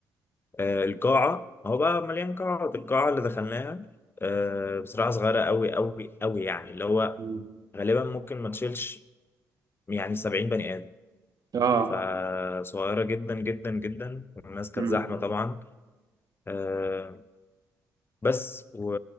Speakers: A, on the left; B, on the right.
A: آه، القاعة هو بقى مليان قاعات القاعة اللي دخلناها آه، بصراحة صغيرة أوي أوي أوي يعني اللي هو
B: أمم.
A: غالبا ممكن ما تشيلش يعني سبعين بني آدم
B: اه
A: فصغيرة جدا جدا جدا والناس كانت
B: امم
A: زحمة طبعا آه، بس و-